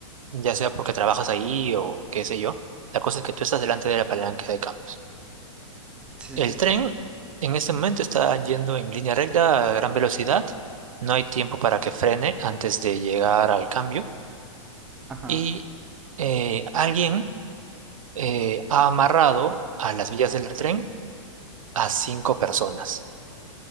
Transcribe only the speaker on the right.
ya sea porque trabajas ahí o qué sé yo. La cosa es que tú estás delante de la palanca de cambios.
El
tren en este momento está yendo en línea recta a gran velocidad. No hay tiempo para que frene antes de llegar al cambio.
Y eh, alguien eh, ha amarrado a las vías del tren a cinco personas.